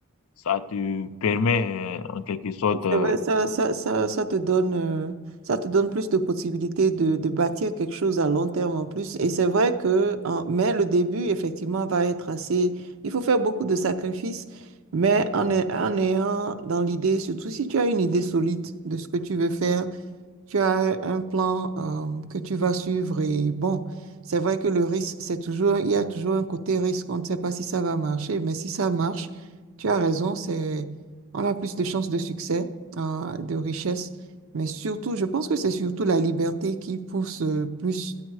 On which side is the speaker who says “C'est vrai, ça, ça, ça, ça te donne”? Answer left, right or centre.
Right